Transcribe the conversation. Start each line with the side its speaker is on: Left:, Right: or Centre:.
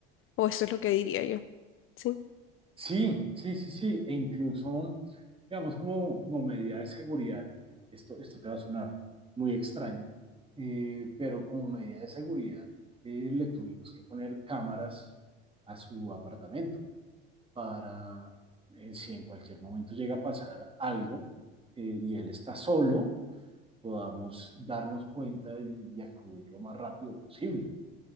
Left: o eso es lo que diría yo. sí.
Right: Sí, sí, sí, sí, e incluso, digamos, como, como medida de seguridad, esto, esto te va a sonar muy extraño, eh, pero como medida de seguridad eh, le tuvimos que poner cámaras a su apartamento para eh, si en cualquier momento llega a pasar algo eh, y él está solo, podamos darnos cuenta y, y acudir lo más rápido posible,